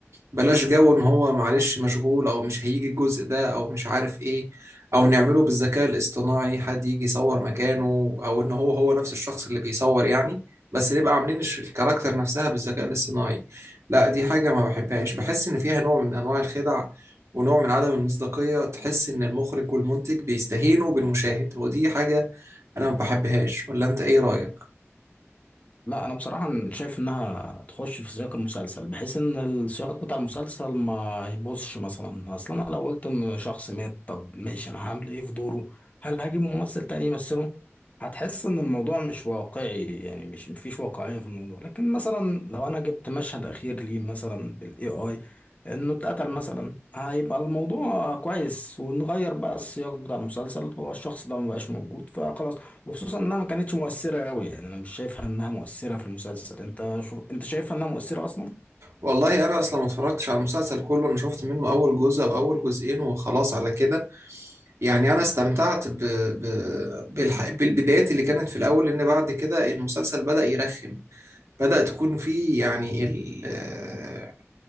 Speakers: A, on the right (about 75°); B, on the left (about 30°).
A: بلاش جو ان هو معلش مشغول او مش هيجي الجزء ده او مش عارف ايه او نعمله بالذكاء الاصطناعي حد يجي يصور مكانه او ان هو هو نفس الشخص اللي بيصور يعني بس نبقى عاملين الش- الكاركتر نفسها بالذكاء الاصطناعي لا دي حاجة ما بحبهاش بحس ان فيها نوع من انواع الخدع ونوع من عدم المصداقية تحس ان المخرج والمنتج بيستهينوا بالمشاهد ودي حاجة انا ما بحبهاش ولا انت ايه رأيك
B: لا انا بصراحه شايف انها تخش في سياق المسلسل بحيث ان السياق بتاع المسلسل ما يبوظش مثلا اصلا انا لو قلت ان شخص مات طب ماشي انا هعمل ايه في دوره هل هجيب ممثل تاني يمثله هتحس ان الموضوع مش واقعي يعني مش مفيش واقعيه في الموضوع لكن مثلا لو انا جبت مشهد اخير ليه مثلا بالاي اي انه اتقتل مثلا هيبقى الموضوع كويس ونغير بقى السياق بتاع المسلسل هو الشخص ده مبقاش موجود فخلاص وخصوصا انها ما كانتش مؤثرة قوي يعني انا مش شايفها انها مؤثرة في المسلسل انت شوف انت شايفها انها مؤثرة اصلا
A: والله انا اصلا ما اتفرجتش على المسلسل كله انا شفت منه اول جزء او اول جزئين وخلاص على كده يعني انا استمتعت ب... ب... بالح... بالبدايات اللي كانت في الاول لان بعد كده المسلسل بدأ يرخم بدأ تكون فيه يعني ال... آه،